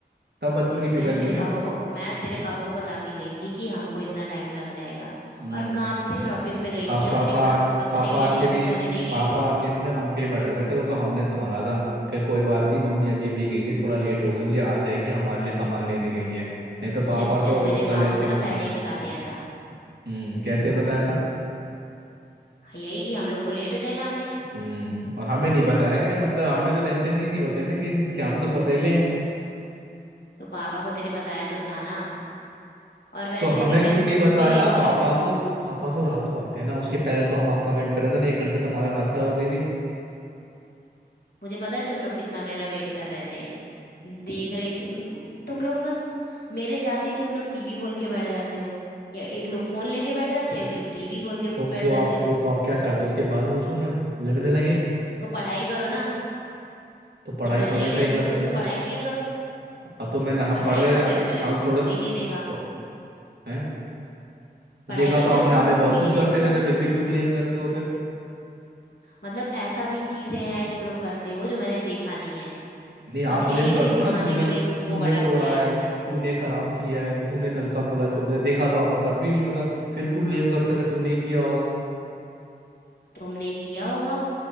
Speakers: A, on the right; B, on the left.
A: तब बच्चों की फिक्र
B: मैंने
A: नहीं
B: तेरे
A: हुई
B: पापा को मैं तेरे पापा को बता के गई थी कि हमको इतना टाइम लग जाएगा
A: हम्म
B: और काम से शॉपिंग पे गई
A: पा, पापा
B: थी अपने ख, अपने
A: पापा
B: लिए
A: आके
B: शॉपिंग
A: भी
B: करने नहीं गई
A: पापा
B: थी
A: आके भी ना हम पे भड़क रहे थे वो तो हमने संभाला था कि कोई बात नहीं मम्मी अभी अभी गई है थोड़ा लेट हो गई होगी आ जाएगी हमारे लिए सामान लेने गई है नहीं तो पापा
B: चल
A: तो
B: चल मैंने
A: कलेश
B: पापा
A: के
B: को ना
A: मोड़
B: पहले
A: पे था
B: ही बता दिया था
A: हम्म कैसे बताया था
B: यही कि हम लोग को लेट हो जाएगा आने में
A: हम्म और हमें नहीं बताया गया मतलब हमें तो टेंशन ही नहीं होते ना किसी चीज के हम तो सौतेले हैं
B: तो पापा को तेरे बताया तो था ना और वैसे
A: तो हमें
B: भी मैं
A: क्यों नहीं
B: खुद
A: बताया
B: के लिए शॉपिंग
A: पापा
B: कर
A: तो पापा तो रात को आए थे ना उसके पहले तो हम आपका वेट कर रहे थे ना एक घंटे तो हमारे हाथ खराब हो गई थी
B: मुझे पता है तुम लोग कितना मेरा वेट कर रहे थे देख रही थी म- तुम लोग ना मेरे जाते ही तुम लोग टीवी खोल के बैठ जाते हो या एक लोग फोन लेके बैठ जाते हो एक लोग टीवी खोल के बैठ
A: तो तो आप
B: जाते हो
A: तो तो आप क्या चाहते हो उसके बाल नोचूं मैं लड़ने लगे
B: तो पढ़ाई करो ना
A: तो पढ़ाई
B: जब मैं
A: तो
B: नहीं
A: हमेशा
B: रहती
A: ही करते
B: हूँ तो, तो
A: हैं ना
B: पढ़ाई किया करो
A: आ, तो मैंने हम
B: पढ़ाई
A: पढ़ रहे
B: करते
A: थे
B: हो तो मैंने
A: हम
B: तुमको
A: थोड़े
B: कभी
A: थो,
B: नहीं देखा
A: हैं तो
B: पढ़ाई
A: देखा
B: करते
A: तो आपने
B: हो तो तुमको
A: हमें बहुत
B: कभी
A: कुछ
B: नहीं देखा
A: करते हुए
B: मैंने
A: थे फिर भी क्यों ब्लेम करते हो फिर?
B: मतलब ऐसा भी चीजें हैं तुम लोग करते हो जो मैंने देखा नहीं है
A: नहीं आप
B: बस
A: ब्लेम
B: यही
A: करते
B: दिन
A: हो
B: दिखाने
A: ना तूने
B: के
A: तो
B: लिए तुमको
A: तूने
B: बड़ा
A: तोड़ा
B: किया है
A: है
B: हमने
A: तूने खराब किया है तूने नलका खुला छोड़ दिया देखा तो आपने तब भी नहीं होता फिर क्यों ब्लेम करते हो कि तूने ही किया होगा
B: तुमने किया होगा